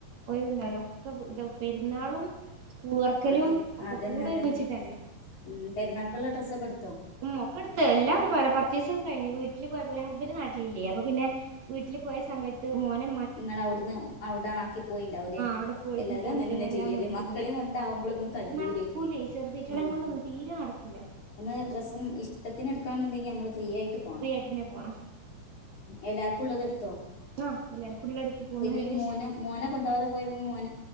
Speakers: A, on the right (about 60°); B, on the left (about 50°).
A: ഒഴുവുണ്ടാവലോ <unintelligible> പെരുന്നാളും സ്കൂൾ തുറക്കലും
B: അതെ
A: ഒക്കെ
B: അതേന്നെ
A: കൂടെ
B: അതേന്നെ
A: ഒരുമിച്ചിട്ടല്ലേ
B: ഉം പെരുന്നാക്കുള്ള ഡ്രസ്സൊക്കെ എട്
A: ഉം മോക്കെട്ത്ത് എല്ലാം പറ പർച്ചേസെ കഴിഞ്ഞ് വീട്ടില് പോയപ്പ ഹസ്ബൻഡ് നാട്ടിലില്ലേ അപ്പൊ പിന്നെ വീട്ടില് പോയ സമയത്ത് മോന്
B: ഇങ്ങളവിടുന്ന് അവിടെ ആക്കി പോയിണ്ടാവൂലേ
A: ആ അവിടെ പോയിരുന്നു
B: എല്ലാരും
A: പോയിട്ട്
B: അതെന്നെ
A: എല്ലാം
B: ചെയ്യല്
A: മേടിച്ചു
B: മക്കളേം
A: പോയി
B: കൊണ്ട് ആവുമ്പോളൊന്നും കയ്യൂലേ
A: നടക്കൂലേ ചെറുതീറ്റകളെ
B: ഉം
A: കൊണ്ടൊന്നും തീരെ നടക്കൂല
B: <unintelligible> ഡ്രസും ഇഷ്ടത്തിന് എടുക്കണന്ന്ണ്ടെങ്കിൽ അമ്മള് ഫ്രീയായിട്ട് പോണം
A: ഫ്രീ ആയിട്ടന്നെ പോണം
B: എല്ലാർക്കുള്ളത് എടുത്തോ
A: ആ എല്ലാർക്കും ഉള്ളടുത്ത് പോന്ന
B: പിന്നീ
A: ഏകദേശം
B: മോനെ മോനെ കൊണ്ടാവാതെ പോയപ്പോ മോൻ